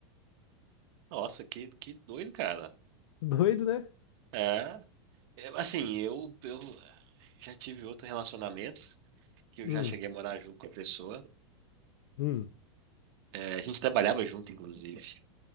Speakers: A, on the right; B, on the left.
A: Nossa, que, que doido, cara.
B: <laughs> Doido, né?
A: É. Eu- Assim, eu, eu já tive outro relacionamento que eu
B: Hum,
A: já cheguei a morar junto com a pessoa.
B: hum.
A: É, a gente trabalhava junto, inclusive.